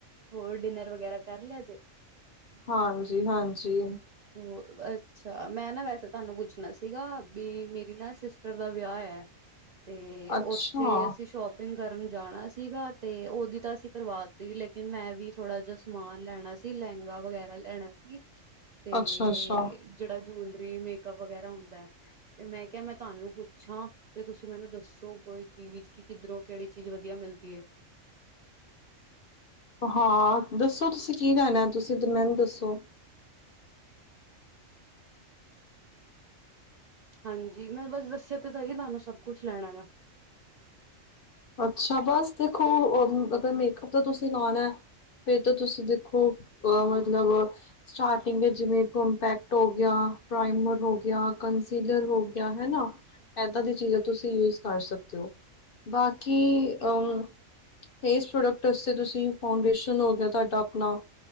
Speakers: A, on the right; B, on the left.
A: ਹੋਰ ਡਿਨਰ ਵਗੈਰਾ ਕਰ ਲਿਆ ਜੇ
B: ਹਾਂਜੀ ਹਾਂਜੀ
A: ਹੋਰ ਅੱਛਾ, ਮੈਂ ਨਾ ਵੈਸੇ ਤੁਹਾਨੂੰ ਪੁੱਛਣਾ ਸੀਗਾ, ਵੀ ਮੇਰੀ ਨਾ ਸਿਸਟਰ ਦਾ ਵਿਆਹ ਹੈ, ਤੇ
B: ਅੱਛਾ
A: ਉੱਥੇ ਅਸੀਂ ਸ਼ੋਪ ਪਿੰਗ ਕਰਨ ਜਾਣਾ ਸੀਗਾ, ਤੇ ਉਹਦੀ ਤਾਂ ਅਸੀਂ ਕਰਵਾਤੀ ਲੇਕਿਨ, ਮੈਂ ਵੀ ਥੋੜਾ ਜਿਹਾ ਸਮਾਨ ਲੈਣਾ ਸੀ, ਲਹਿੰਗਾ ਵਗੈਰਾ ਲੈਣਾ ਸੀ, ਤੇ
B: ਅੱਛਾ ਅੱਛਾ
A: ਜਿਹੜਾ ਜੂਲਰੀ ਮੇਕਅਪ ਵਗੈਰਾ ਹੁੰਦਾਐ ਤੇ ਮੈਂ ਕਿਹਾ, ਮੈਂ ਤਾਂਨੂੰ ਪੁੱਛਾਂ ਤੇ ਤੁਸੀਂ ਮੈਨੂੰ ਦੱਸੋ ਕੋਈ ਚੀਜ਼ ਕਿ ਕਿੱਧਰੋਂ, ਕਿਹੜੀ ਚੀਜ਼ ਵਧੀਆ ਮਿਲਦੀ ਏ
B: ਹਾਂ, ਦੱਸੋ ਤੁਸੀਂ ਕੀ ਲੈਣਾ, ਤੁਸੀਂ ਮੈਨੂੰ ਦੱਸੋ
A: ਹਾਂਜੀ, ਮੈਂ ਬਸ ਦੱਸਿਆ ਤੇ ਹੀ ਤੁਹਾਨੂੰ ਸਭ ਕੁੱਛ ਲੈਣਾ ਮੈਂ
B: ਅੱਛਾ, ਬਸ ਦੇਖੋ ਅਗਰ ਮੇਕਅਪ ਦਾ ਤੁਸੀਂ ਲਾਉਣਾ ਫਿਰ ਤਾਂ ਤੁਸੀਂ ਦੇਖੋ, ਅਹ ਮਤਲਬ ਸਟਾਰਟਿੰਗ ਵਿੱਚ ਜਿਵੇਂ ਕੋਮਪੈਕਟ ਹੋ ਗਿਆ, ਪ੍ਰਾਈਮਰ ਹੋ ਗਿਆ ਕੰਸੀਲਰ ਹੋ ਗਿਆ, ਹਨਾ ਏਦਾਂ ਦੀ ਚੀਜ਼ਾਂ ਤੁਸੀਂ ਯੂਜ ਕਰ ਸਕਦੇ ਹੋ। ਬਾਕੀ, ਅ ਫੇਸ ਪ੍ਰੋਡਕਟ ਵਾਸਤੇ ਤੁਸੀਂ ਫਾਊਂਡੇਸ਼ਨ ਹੋ ਗਿਆ, ਤੁਹਾਡਾ ਆਪਣਾ